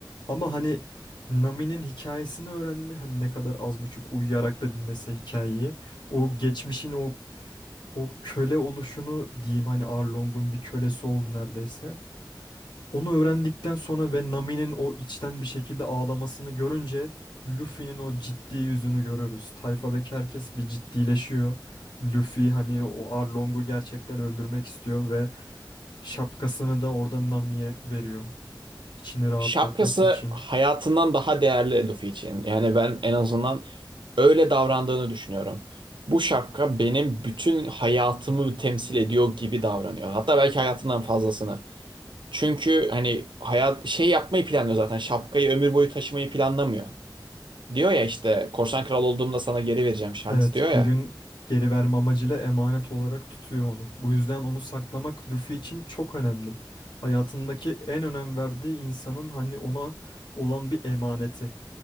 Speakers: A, on the left; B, on the right.
A: Ama hani Nami'nin hikayesini öğrendi. Hani ne kadar az buçuk uyuyarak da dinlese hikayeyi. O geçmişin o o köle oluşunu diyeyim hani Arlong'un bir kölesi oldu neredeyse. Onu öğrendikten sonra ve Nami'nin o içten bir şekilde ağlamasını görünce Luffy'nin o ciddi yüzünü görüyoruz. Tayfadaki herkes bir ciddileşiyor. Luffy hani o Arlong'u gerçekten öldürmek istiyor ve şapkasını da orada Nami'ye veriyor. İçini rahatlatması
B: Şapkası
A: için.
B: hayatından daha değerli Luffy için. Yani ben en azından öyle davrandığını düşünüyorum. Bu şapka benim bütün hayatımı temsil ediyor gibi davranıyor. Hatta belki hayatından fazlasını. Çünkü hani hayat şey yapmayı planlıyor zaten. Şapkayı ömür boyu taşımayı planlamıyor. Diyor ya işte korsan kral olduğumda sana geri vereceğim Shanks
A: Evet,
B: diyor ya.
A: bir gün geri verme amacıyla emanet olarak tutuyor onu. Bu yüzden onu saklamak Luffy için çok önemli. Hayatındaki en önem verdiği insanın hani ona olan bir emaneti.